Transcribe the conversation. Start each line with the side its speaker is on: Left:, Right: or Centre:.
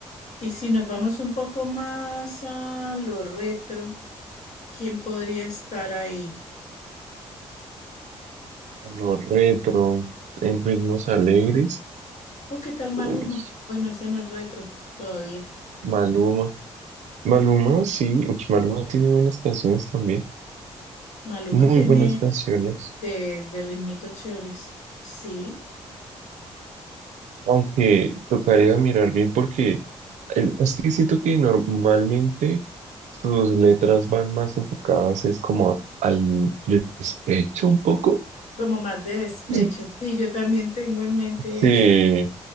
Left: Y si nos vamos un poco más a lo retro, ¿quién podría estar ahí?
Right: Lo retro, en ritmos alegres.
Left: ¿O qué tal Maluma?
Right: Uy,
Left: Bueno, ese no es retro todavía.
Right: Maluma. Maluma, sí. uy, Maluma tiene buenas canciones también.
Left: Maluma
Right: Muy
Left: tiene
Right: buenas canciones.
Left: de, de ritmitos chéveres. Sí,
Right: Aunque tocaría mirar bien porque el- es que siento que normalmente sus letras van más enfocadas es como al despecho un poco.
Left: como más de despecho.
Right: Mm.
Left: Sí, yo también tengo en mente
Right: Sí,
Left: esa.